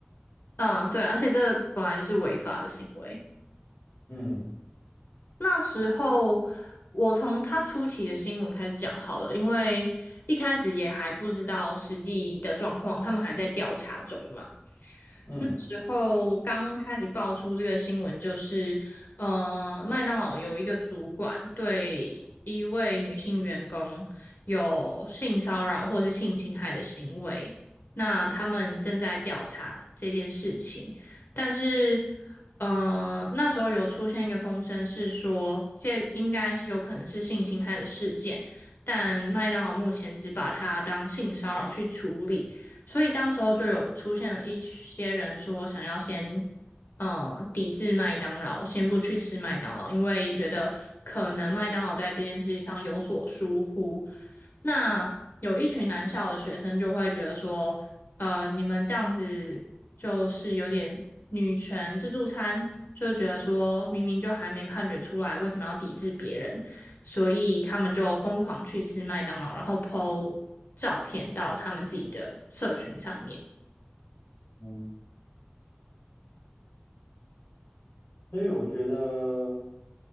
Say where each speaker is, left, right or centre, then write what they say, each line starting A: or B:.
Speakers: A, on the left; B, on the left.
A: 嗯，对，而且这本来就是违法的行为。
B: 嗯
A: 那时候我从他初期的新闻开始讲好了，因为一开始也还不知道实际的状况，他们还在调查中嘛。
B: 嗯
A: 那时候刚开始爆出这个新闻，就是呃，麦当劳有一个主管对一位女性员工有性骚扰或是性侵害的行为，那他们正在调查这件事情，但是。呃，那时候有出现一个风声，是说这应该是有可能是性侵害的事件，但麦当劳目前只把它当性骚扰去处理。所以当时候就有出现了一些人说想要先，呃，抵制麦当劳，先不去吃麦当劳，因为觉得可能麦当劳在这件事情上有所疏忽。那有一群南校的学生就会觉得说，呃，你们这样子就是有点女权自助餐，就是觉得说明明就还没判决出来，为什么要抵制别人？所以他们就疯狂去吃麦当劳，然后 po 照片到他们自己的社群上面。
B: 嗯。所以我觉得